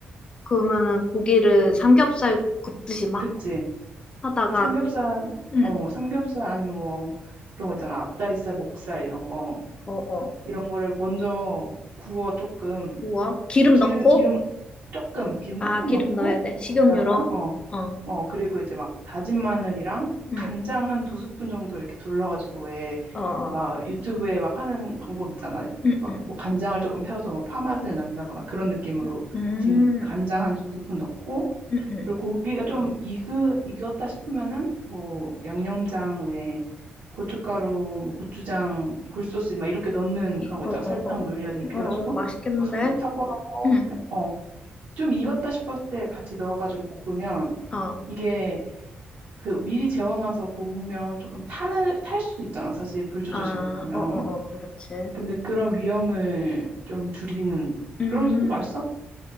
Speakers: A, on the left; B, on the right.
A: 그러면은 고기를 삼겹살 굽듯이 막
B: 그치?
A: 하다가,
B: 삼겹살,
A: 응,
B: 어, 삼겹살 아니면 뭐 그런 거 있잖아. 앞다리살, 목살 이런 거.
A: 어어,
B: 이런 거를 먼저 구워 조금.
A: 구워. 기름
B: 기름,
A: 넣고?
B: 기름 조금, 기름
A: 아,
B: 조금
A: 기름
B: 넣고
A: 넣어야 돼. 식용유로.
B: 굽다가, 어,
A: 어,
B: 어, 그리고 이제 막 다진 마늘이랑
A: 응,
B: 간장 한 두 스푼 정도 이렇게 둘러가지고 왜
A: 어어,
B: 막 유튜브에 막 하는 방법 있잖아.
A: 응,
B: 막
A: 응.
B: 뭐 간장을 조금 태워서 뭐 파맛을 낸다거나 그런 느낌으로
A: 음,
B: 지금 간장 한 두 스푼 넣고
A: 응, 응.
B: 그리고 고기가 좀 익으, 익었다 싶으면은 뭐 양념장 외에 고춧가루, 뭐 고추장, 굴소스 막 이렇게 넣는 그런 거
A: 어어어.
B: 있잖아. 설탕, 물엿 이렇게
A: 어, 어,
B: 해가지고
A: 맛있겠는데?
B: 섞어 놓은
A: 응.
B: 거, 어, 좀 익었다 싶었을 때 같이 넣어가지고 볶으면
A: 어,
B: 이게 그 미리 재워놔서 구우면 조금 타는, 탈 수도 있잖아. 사실 불 조절
A: 아,
B: 잘 못하면.
A: 어, 어, 어, 그렇지.
B: 근데 그런 위험을 좀 줄이는.
A: 음,
B: 그러면서 또 맛있어.